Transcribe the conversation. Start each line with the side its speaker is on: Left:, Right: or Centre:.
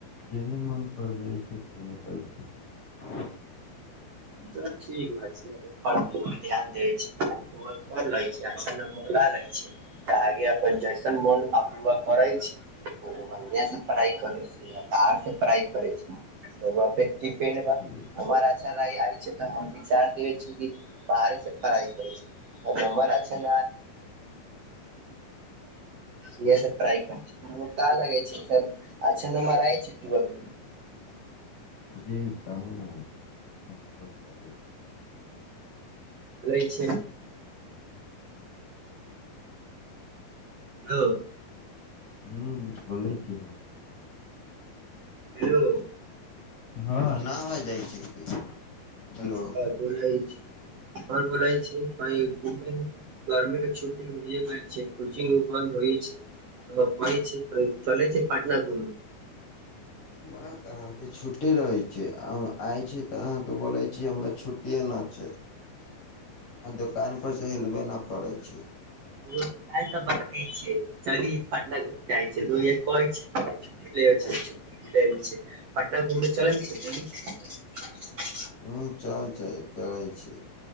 Left: जेहने मोन करत रहै छै, तेहने चल जाइ छीयै।
Right: तऽ ठीक बात छै अपन पढ़ाई पर ध्यान दे छै, <unintelligible> पढ़ ले छै अच्छा नंबर लए ले छै तऽ आगे अपन जैसन मन अपन <inaudible> करै छै, <unintelligible> से पढ़ाई करे छै‌ या बाहर से पढ़ाई करै छै, रउवा <unintelligible> पेड़ बा
Left: जी
Right: हमर अच्छा <unintelligible> आ ई तै हम विचार देेबै छीयै की बाहरे से पढ़ाई करै छी और नंबर अच्छा <unintelligible> इहा से पढ़ाई कर रउवा का लगै छै, ई सब अच्छा नंबर आय छै की, नै अ दु
Left: जी कहे ना आइ छै, अच्छा नंबर तै एबै
Right: त लै छै। दो
Left: ह्म बोलै छी नै।
Right: हेलो।
Left: ना आवाज जाइ छियै की? हेलो
Right: हां बोलै ई और बोलै छीयै अ ई घुमे मे गर्मीके छु टी हुए वला छै कोचिंग बंद होय छै त, कहे छी ए चलै छीयै पटना घुमै
Left: भक अहाँके छुट्टी रहै छै, हम आइ छी तऽ अहाँके बोलै छी हमरा छुट्टिए न छै। आ दोकान पर से हिलबे नै करै छी।
Right: उहो काएल का बात नै छीयै, चलि पटना घुम के आबे छीयै, जहिया कहे छी तहीया छुट्टी लेबे छलिए छुट्टी नै, रहे छै पटना घुमे चलम तै चलु।
Left: हुं चल चए चलै छीयै।